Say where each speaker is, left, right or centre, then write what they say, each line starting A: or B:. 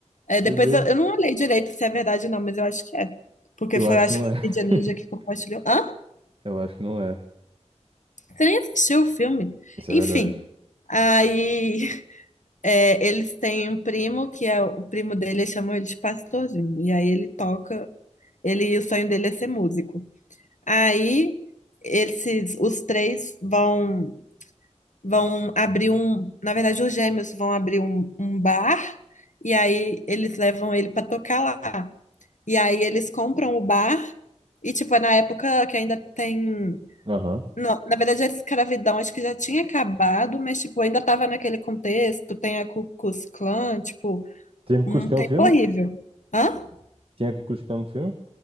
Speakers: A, on the left; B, on the right.
A: É, depois
B: Doideira.
A: eu, eu não olhei direito se é verdade ou não, mas eu acho que é. Porque
B: Eu
A: foi,
B: acho
A: eu acho
B: que não
A: que foi
B: é. <laughs>
A: a Mídia Ninja que compartilhou. Hã?
B: Eu acho que não é.
A: Você nem assistiu o filme?
B: Isso
A: Enfim.
B: é verdade.
A: Aí <laughs> é, eles têm um primo que é o primo dele, eles chamam ele de pastorzinho. E aí ele toca, ele, o sonho dele é ser músico. Aí esses, os três vão vão abrir um, na verdade os gêmeos vão abrir um, um bar e aí eles levam ele para tocar lá. E aí eles compram o bar e, tipo, é na época que ainda tem.
B: Aham.
A: Não, na verdade, a escravidão acho que já tinha acabado, mas, tipo, ainda tava naquele contexto. Tem a Ku Klux Klan, tipo,
B: Tem
A: um
B: Kukulkan
A: tempo
B: no filme?
A: horrível. Hã?
B: Tem Kukulkan no filme?